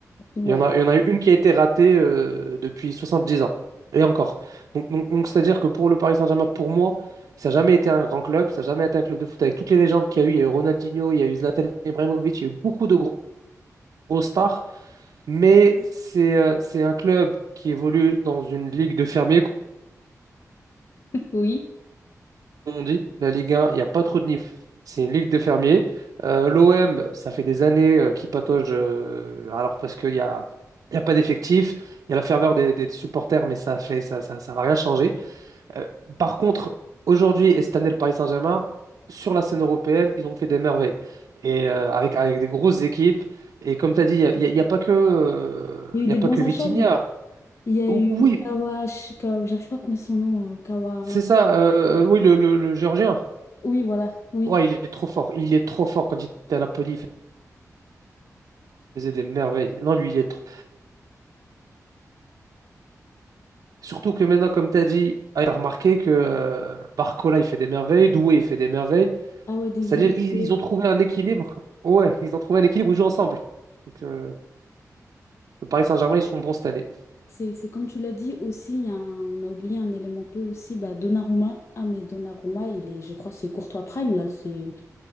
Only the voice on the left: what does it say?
ouais,
oui.
Il y a eu
des
bons
achats du coup. Il y a
eu
Kawash, Ka- j'arrive pas à prononcer son nom, euh, Kawarash.
Oui, voilà, oui.
Ah ouais, Désiré,
Doué,
C'est, c'est comme tu l'as dit aussi, il y a un- on a oublié un élément clé aussi, bah, Donnarumma. Ah mais Donnarumma, il est, je crois, c'est Courtois Prime là, c'est